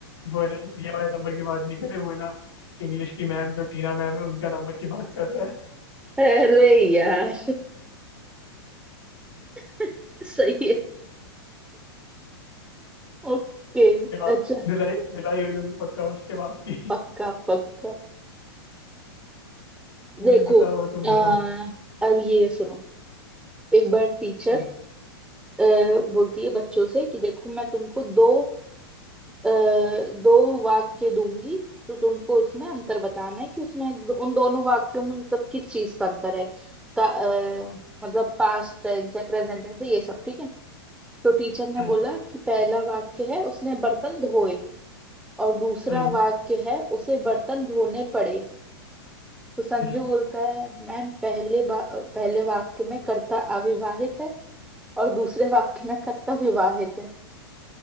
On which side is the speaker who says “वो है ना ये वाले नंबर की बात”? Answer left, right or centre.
Left